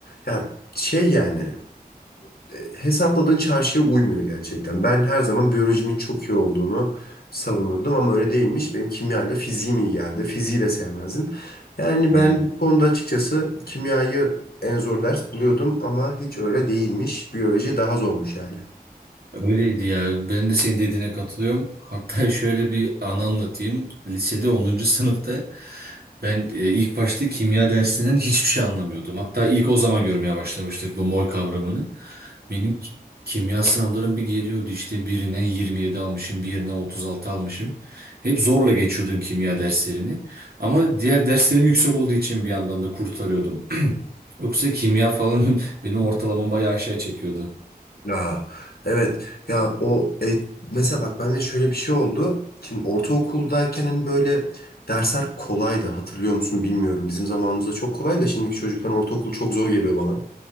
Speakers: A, on the left; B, on the right.
A: Ya şey yani e, hesapladığın çarşıya uymuyor gerçekten. Ben her zaman biyolojimin çok iyi olduğunu savunurdum ama öyle değilmiş. Benim kimyayla fiziğim iyi geldi. Fiziği de sevmezdim. Yani
B: hı.
A: ben bu konuda açıkçası kimyayı en zor ders buluyordum ama hiç öyle değilmiş. Biyoloji daha zormuş yani.
B: Öyleydi ya. Ben de senin dediğine katılıyorum. Hatta <laughs> şöyle bir anı anlatayım. Lisede onuncu sınıfta ben e, ilk başta kimya dersinden hiçbir şey anlamıyordum. Hatta ilk o zaman görmeye başlamıştık bu mol kavramını. Benim ki- kimya sınavlarım bir geliyordu işte birine 27 almışım, birine 36 almışım. Hep zorla geçiyordum kimya derslerini. Ama diğer derslerim yüksek olduğu için bir yandan da kurtarıyordum. <clears throat> Yoksa kimya falan <laughs> beni ortalamam bayağı aşağı çekiyordu.
A: Ya evet ya o e, mesela bak bende şöyle bir şey oldu. Şimdi ortaokuldayken hani böyle dersler kolaydı hatırlıyor musun bilmiyorum. Bizim zamanımızda çok kolay da şimdiki çocukların ortaokul çok zor geliyor bana.